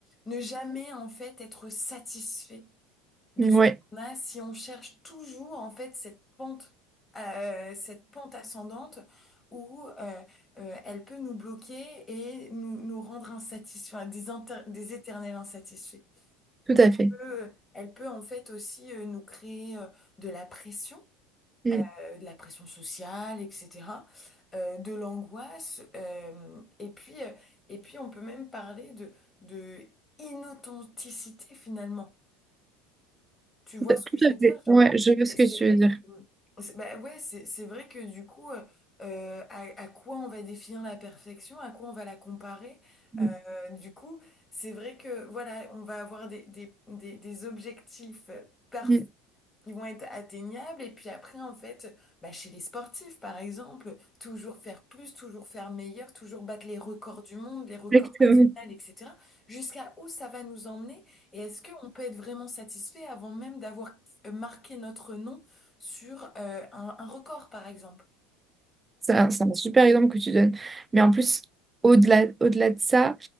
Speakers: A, on the left; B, on the right.
A: ne jamais en fait être satisfait de
B: Mhm.
A: ce
B: ouais
A: qu'on a si on cherche toujours en fait cette pente euh, cette pente ascendante où euh, euh, elle peut nous bloquer et nous, nous rendre insatisfaits, enfin, des, inter- des éternels insatisfaits.
B: tout à fait
A: Peut- elle peut en fait aussi euh, nous créer euh, de la pression,
B: Mm.
A: euh, de la pression sociale, etc., euh, de l'angoisse, euh, et puis, euh, et puis on peut même parler de, de inauthenticité finalement. Tu vois
B: tout à, tout
A: ce que je veux
B: à
A: dire?
B: fait
A: Genre,
B: ouais je veux ce
A: et c'est
B: que tu
A: vrai
B: veux dire
A: que, c'est- bah ouais, c'est c'est vrai que du coup, euh, euh, à, à quoi on va définir la perfection, à quoi on va la comparer?
B: Mm.
A: Euh, du coup, c'est vrai que, voilà, on va avoir des, des, des, des objectifs euh, parfaits
B: mm,
A: ils vont être atteignables. Et puis après, en fait, bah, chez les sportifs, par exemple, toujours faire plus, toujours faire meilleur, toujours battre les records du monde, les records
B: Exactement.
A: nationaux, etc. Jusqu'à où ça va nous emmener? Et est-ce qu'on peut être vraiment satisfait avant même d'avoir euh, marqué notre nom sur euh, un, un record, par exemple?
B: C'est un, c'est un super exemple que tu donnes. Mais en plus, au-delà, au-delà de ça,